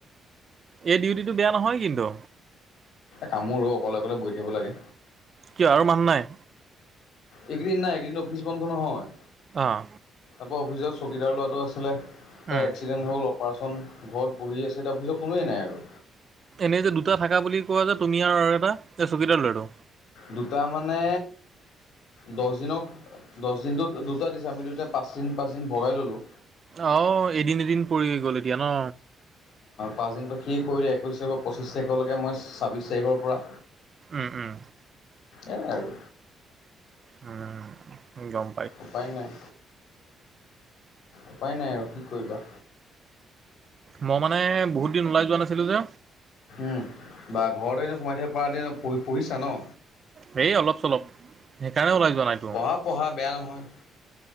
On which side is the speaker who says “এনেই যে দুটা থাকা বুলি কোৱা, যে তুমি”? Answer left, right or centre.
Right